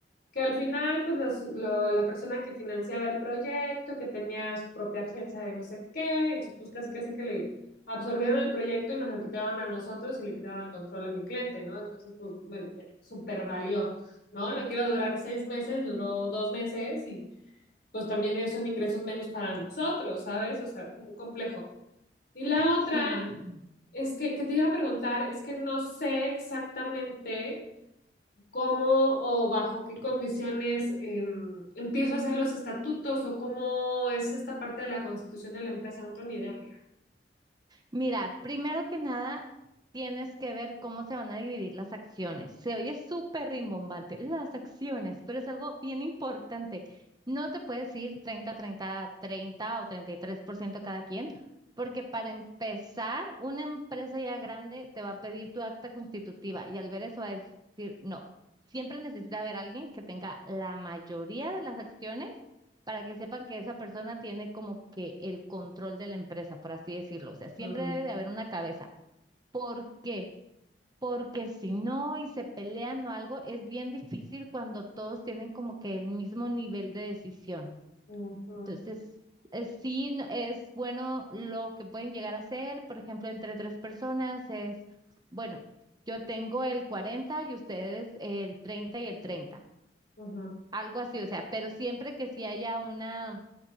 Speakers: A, on the left (about 60°); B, on the right (about 25°).
A: que al final, pues los- lo- la persona que financiaba el proyecto, que tenía su propia agencia de no sé qué, entonces pues casi casi que le absorbieron el proyecto y nos lo quitaron a nosotros y le quitaron el control a mi cliente, ¿no? Entonces, pues, bueno, super valió, ¿no? Lo que iba a durar seis meses, duró dos meses y pues también son ingresos menos para nosotros, ¿sabes? O sea, mm, complejo. Y la otra
B: Sí,
A: es que, que te iba a preguntar, es que no sé exactamente cómo o bajo qué condiciones em, empiezo a hacer los estatutos o cómo es esta parte de la constitución de la empresa. No tengo ni idea, amiga.
B: Mira, primero que nada, tienes que ver cómo se van a dividir las acciones. Se oye súper rimbombante, las acciones, pero es algo bien importante. No te puedes ir 30, 30, 30 o 33% cada quien, porque para empezar, una empresa ya grande te va a pedir tu acta constitutiva y al ver eso va a decir, no, siempre necesita haber alguien que tenga la mayoría de las acciones para que sepan que esa persona tiene como que el control de la empresa, por así decirlo. O sea, siempre
A: Mm.
B: debe de haber una cabeza. ¿Por qué? Porque si no y se pelean o algo, es bien difícil cuando todos tienen como que el mismo nivel de decisión.
A: Ujú,
B: Entonces, eh, sí no- es bueno lo que pueden llegar a hacer, por ejemplo, entre tres personas es, bueno, yo tengo el 40 y ustedes el 30 y el 30,
A: ujú.
B: algo así, o sea, pero siempre que sí haya una